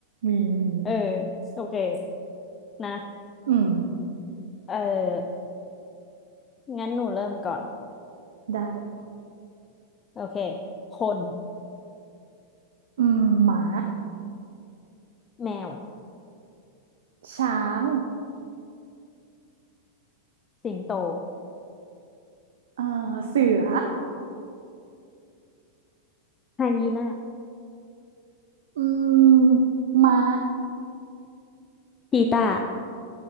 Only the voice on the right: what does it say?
มีมี
อืม
ได้
อืมหมา
ช้าง
เอ่อเสือ
อืมม้า